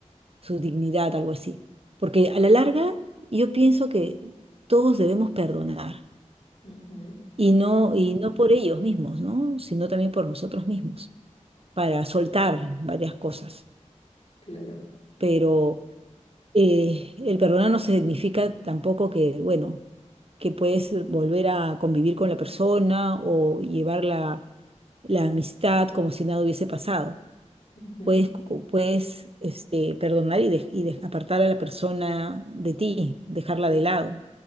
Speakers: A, on the right (about 50°); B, on the left (about 55°).
A: su dignidad, algo así. Porque a la larga yo pienso que todos debemos perdonar
B: Ujú,
A: y no, y no por ellos mismos, ¿no? Sino también por nosotros mismos, para soltar varias cosas.
B: Claro.
A: Pero eh, el perdonar no significa tampoco que, bueno, que puedes volver a convivir con la persona o llevarla la amistad como si nada hubiese pasado.
B: Ujú,
A: Puedes, cu- puedes este, perdonar y, dej- y dej- apartar a la persona de ti, dejarla
B: Claro,
A: de lado,